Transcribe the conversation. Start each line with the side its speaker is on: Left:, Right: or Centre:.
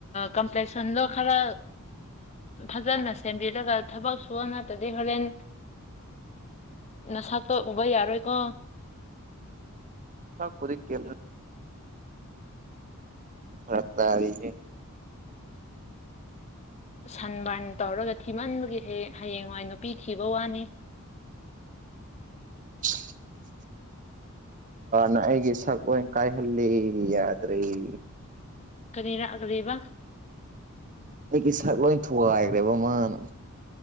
Left: ꯀꯝꯄ꯭ꯂꯦꯛꯁꯟꯗꯣ ꯈꯔ ꯐꯖꯅ ꯁꯦꯝꯕꯤꯔꯒ ꯊꯕꯛ ꯁꯨ ꯅꯇꯗꯤ ꯍꯣꯔꯦꯟ ꯅꯁꯥꯛꯇꯣ ꯎꯕ ꯌꯥꯔꯣꯏꯀꯣ
Right: ꯆꯛꯄꯔꯤ ꯀ꯭ꯔ ꯍꯥꯥꯛ ꯇꯒꯦ
Left: ꯁꯟ ꯕꯔꯟ ꯇꯧꯔꯒ ꯊꯤꯃꯟꯕꯒꯤ ꯍꯌꯦꯡꯋꯥꯏ ꯅꯨꯄꯤ ꯊꯤꯕ ꯋꯥꯅꯤ <unintelligible>
Right: <unintelligible> ꯅ ꯑꯩꯒꯤ ꯁꯛ ꯂ ꯀꯥꯏꯍꯜꯂꯤ ꯌꯥꯗ꯭ꯔꯔꯤ
Left: ꯀꯔꯤ ꯂꯥꯛꯑꯒꯕ
Right: ꯑꯩꯒꯤ ꯁꯛ ꯂꯣꯏ ꯊꯨꯒꯥꯏꯈ꯭ꯔꯦꯕ ꯃꯥꯅ